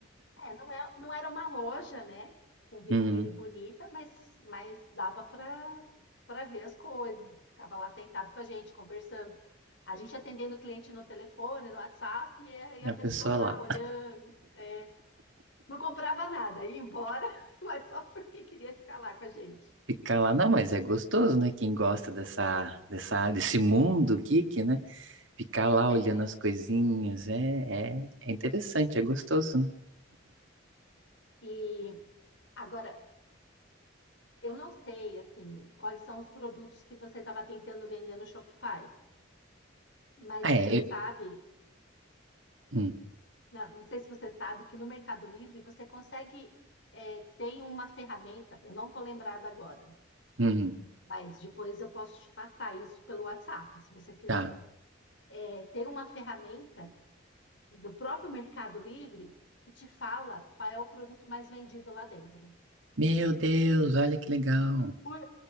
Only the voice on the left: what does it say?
É, não é, não era uma loja, né? Com vitrine
bonita, mas, mas dava para para ver as coisas. Ficava lá sentado com a gente, conversando. A gente atendendo o cliente no telefone, no WhatsApp, e a e a
pessoa
lá
olhando. é. não comprava nada, ia embora, <laughs> mas só porque queria ficar lá com a gente.
É.
E agora, eu não sei, assim, quais são os produtos que você estava tentando vender no Shopify, mas
você
sabe
Não, não sei se você sabe que no Mercado Livre você consegue, é, tem uma ferramenta, eu não estou lembrada agora,
mas depois eu posso te passar isso pelo WhatsApp, se você quiser.
É, tem uma ferramenta do próprio Mercado Livre que te fala qual é o produto mais vendido lá dentro,
por,